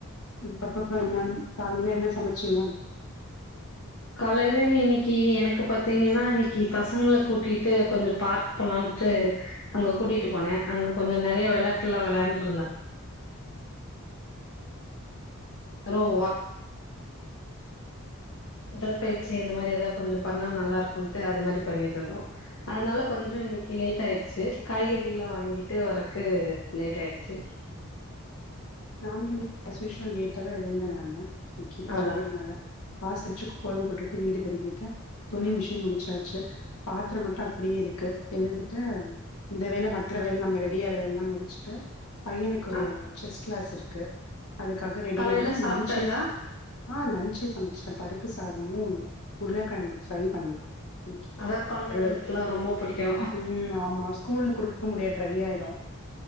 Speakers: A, on the left; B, on the left.
A: இப்பப்ப என்ன காலைல என்ன சமச்சீங்க
B: காலைல இன்னிக்கி எனக்கு பாத்தீங்கன்னா இன்னிக்கி பசங்கள கூட்டிட்டு கொஞ்சோ பார்க் போலான்ட்டு அங்க கூட்டிட்டு போன அங்க கொஞ்சோ நெறையா வேளாட்டெல்லா வேளயாண்ட்டு இருந்தா <unintelligible> உடல்பயிற்சி அந்த மாரி எதா கொஞ்சோ பண்ணா நல்லா இருக்குன்ட்டு அது மாரி பண்ணிட்டி இருந்தோ அதனால கொஞ்சோ இன்னிக்கு லேட் ஆயிட்ச்சு காய்கறில்லா வாங்கிட்டு வறக்கு லேட் ஆயிட்ச்சு
A: நாங்க இன்னி ஆஸ்யுஷ்வல் லேட்ட தா எழுந்தே நானு இன்னிக்கி
B: அதா
A: சண்டேனால வாசல் தொழிச்சு கோலம் போட்டுட்டு வீடு பெருக்கிட்டு துணி மிஷின் முடிச்சாச்சு பாத்ரோ மட்டு அப்டியே இருக்கு எழுந்துட்டு இந்த வேல மற்ற வேல நம்ம ரெடியற வேலல்ல முடிச்சுட்டு பையனுக்கு ஒரு
B: ஆ
A: செஸ் கிளாஸ் இருக்கு அதுக்காக ரெடியானு
B: காலையில சாப்ட்டாச்சா
A: லன்ச்சு ஆ லன்ச்சே சமச்சுட்டே பருப்பு சாதமு உருளக்கெழங்கு ஃப்ரை பண்ண ம்
B: அதா கொழந்தைங்களுக்குல்லா
A: தெரில
B: ரொம்ப புடிக்கு
A: ம் ஆமா ஸ்கூல்ல குடுப் க்கு முடியா டிரை ஆய்டோ